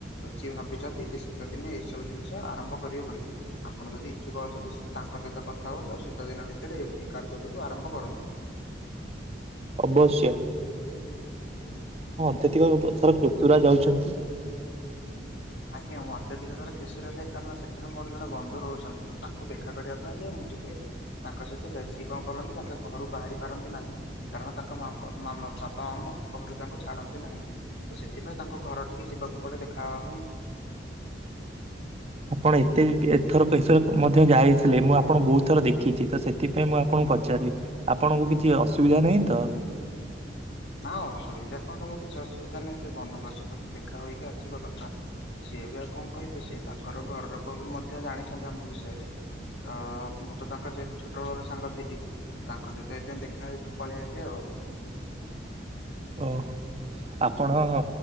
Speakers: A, on the left (about 70°); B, on the right (about 35°).
A: ସି ଭାବିଛନ୍ତି ଯେ ଶୀତ ଦିନେ ଏଇ ସବୁ ଜିନିଷ ଆରମ୍ଭ କରିବେ ବୋଲି। ଆପ ଆପଣ ଯଦି ଇଛୁକ ଅଛନ୍ତି ।ତାଙ୍କ ସହିତ କଥା ହୁଅନ୍ତୁ ।ଆଉ ଶୀତ ଦିନ ଭିତରେ ଏ କାର୍ଯ୍ୟଟାକୁୁ ଆରମ୍ଭ କରନ୍ତୁ।
B: ଅବଶ୍ୟ। ଏତତିକ <unintelligible> ଯାଉଛନ୍ତି
A: ଆଜ୍ଞା। ମୁଁ ଅତ୍ୟଧିକ ଥର କେଶରୀରେ ଯାଏ ।କାରଣ ସେଠାରୁ ମୋର ଜଣେ ବନ୍ଧୁ ରହୁଛନ୍ତି ।ତ ତାଙ୍କୁ ଦେଖା କରିବା <unintelligible> ତାଙ୍କ ସହିତ ବ। ସି କଣ କରନ୍ତି, ତାଙ୍କ ଘରୁ ବାହାରି ପାରନ୍ତି ନାହିଁ ।କାରଣ ତାଙ୍କପ ବାପା, ମାମ ଘରୁ ତାଙ୍କୁ ଛାଡନ୍ତି ନାହିଁ। ତ ସେଥିପାଇଁ ତାଙ୍କ ଘର ଟିକେ ଯିବାକୁ ପଡେ ଦେଖା ହେବା ପାଇଁ। ଆଉ
B: ଆପଣ ଏତେ ଏଥର, କେଶର ମଧ୍ୟ ଯାଇଥିଲେ। ମୁଁ ଆପଣଙ୍କୁ ବହୁତ ଥର ଦେଖିଛି ।ତ ସେଥିପାଇଁ ମୁଁ ଆପଣଙ୍କୁ ପଚି ଚାଲି। ଆପଣଙ୍କୁ କିଛି ଅସୁବିଧା ନାହିଁ ତ।
A: ନା ଅସୁବିଧା କଣ ହବ ।କିଛି ଅସୁବିଧା ନାହିଁ। ସେ ବନ୍ଧୁକ ସହିତ ଦେଖା ହୋଇକି ଆସିବ କଥା। ସିଏ ବି ଆଉ କଣ କହିବେ। ସେ ତାଙ୍କର ଘର ଲୋକ ବି ମଧ୍ୟ ଜାଣିଛନ୍ତି ଆମ ବିଷୟରେ। ତ ମୁଁ ତ ତାଙ୍କ, ଯେହେତୁ ଛୋଟବେଳ ସାଙ୍ଗ ଥିଲି। ତାଙ୍କ ସହିତ, ଏଦ ଦେଖା ହେଇକି ପଳେଇ ଆସେ ଆଉ।
B: ଓ ।ଆପଣ